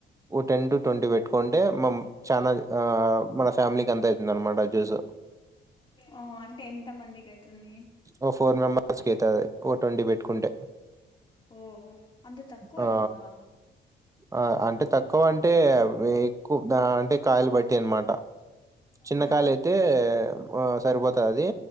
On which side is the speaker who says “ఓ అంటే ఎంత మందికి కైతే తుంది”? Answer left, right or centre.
Left